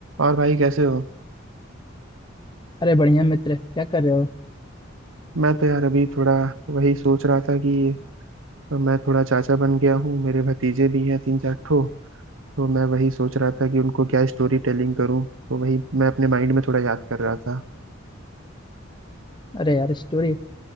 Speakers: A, on the right; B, on the left.
A: और भाई कैसे हो
B: अरे बढ़िया मित्र क्या कर रहे हो
A: मैं तो यार अभी थोड़ा वही सोच रहा था कि मैं थोड़ा चाचा बन गया हूँ मेरे भतीजे भी हैं तीन चार ठो तो मैं वही सोच रहा था कि उनको क्या स्टोरी टेलिंग करूँ तो वही मैं अपने माइंड में थोड़ा याद कर रहा था
B: अरे यार स्टोरी